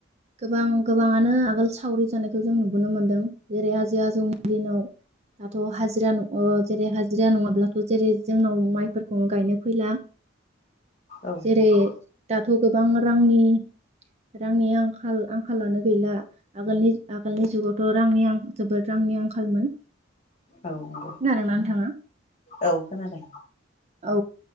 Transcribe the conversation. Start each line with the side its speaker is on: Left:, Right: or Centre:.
Right: गोबां गोबाङानो आगोल सावरि जानायखौ जों नुबोनो मोनदों जेरै आजै आजौनि दिनाव दाथ हाजिरा न जेरै हाजिरा नङाब्लाथ जेरै जोंनाव माइफोरखौनो गायनो फैला।
Left: औ नंगौ
Right: जेरै दाथ गोबां रांनि। रांनि आंखाल आंखालानो गैला। आगोलनि आगोलनि जुगावथ रांनिं जोबोद रांनि आंखालमोन।
Left: औ नंगौ
Right: खोनादोंना नोंथाङा?
Left: औ खोनादों।
Right: औ